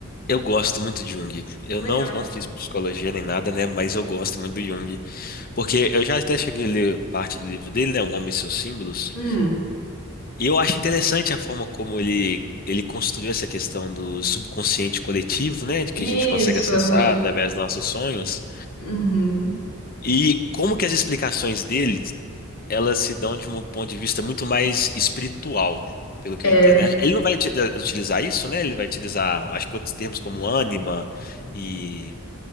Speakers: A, on the left; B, on the left.
A: eu gosto muito de Jung. Eu
B: Legal.
A: não, não fiz psicologia nem nada, né? Mas eu gosto muito do Jung. Porque eu já até cheguei a ler parte do livro dele, né? O Homem e seus símbolos.
B: Hum,
A: E eu acho interessante a forma como ele, ele construiu essa questão do subconsciente coletivo, né? De
B: isso,
A: que a gente consegue acessar
B: aham.
A: através dos nossos sonhos.
B: Uhum.
A: E como que as explicações dele, elas se dão de um ponto de vista muito mais espiritual, pelo que
B: É,
A: eu entendo. né? Ele não vai uti- utilizar isso, né? Ele vai utilizar, acho que outros termos como ânima e,